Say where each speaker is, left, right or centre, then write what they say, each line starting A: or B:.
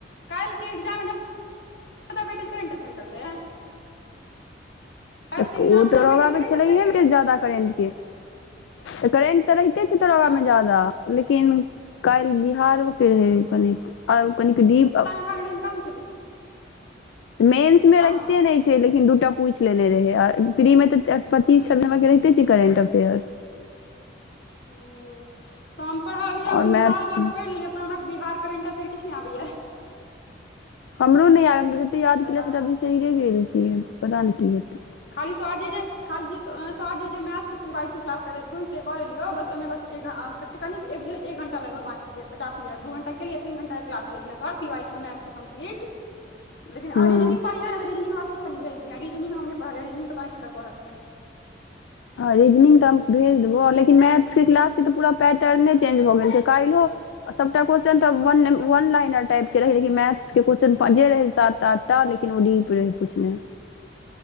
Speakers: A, on the left (about 65°); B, on the left (about 80°).
A: काल्हि के एग्जाम <unintelligible> करेंट अफेयर से
B: तऽ
A: के एग्जाम
B: ओ
A: मे
B: तऽ
A: जादा
B: रगाबे
A: वेटेज करेंट
B: छलैये
A: अफेयर के
B: जादा करेंट के तऽ करेंट तऽ र क छै दरोगा
A: हँ
B: मे ज्यादा लेकिन काल्हि बिहार रहै कनिक आ कनिक डीप
A: कान इननकम च भी
B: मेन्स मे रहते
A: हँ
B: नहि लेकिन दूटा पूछि लेने रहे आ फ्री मे तऽ पच्चीस सब के रहि छै करेंट अफेयर
A: तऽ हम पढ़लियै
B: आओर मैथ्स
A: साल बला तऽ पढ़ि लेलियै हमरा बिहार करेंट अफेयर फर किछु नहि आबैया
B: हमरो नहि य हमरा जतेक याद
A: पता
B: केलियै
A: नहि
B: ओटा बिसरिरे गेल छियै पता नहि की हेतै
A: खाली सरजी जे खाली जी, सरजी जे मैथके पि वार क्यू क्लास करबेलखिन, से कऽ लेलियै, बस ओहिमे बस। तऽ एक घंटा लग बाँकी छै, पचास मिनट। दू घंटा केलिय, तीन घंटा क्लास पी वी मैथ कम्पलीट। <inaudible> लेकिन आ
B: हूँ
A: रिजनिंग पढ़िहैं ने तऽ रिजनिंग हमरा सेहो कनि भेज दिहैं रिजनिंग हम नहि पढ़लियै रिजनिंग पता नहि ककर पढ़ के छै
B: हँ रीजनिंग तऽ हम भेज देबौ लेकिन मैथके क्लासके तऽ पूरा पैटर्ने चेंज भऽ गेल छै काल्हि सभटा क्वेश्चन तऽ वन लाइन टाइप के रहै लेकिन मैथ्स के क्वेश्चन जे रहै सात आ ठा तऽ लेकिन ओ डीप रहै, पूछने।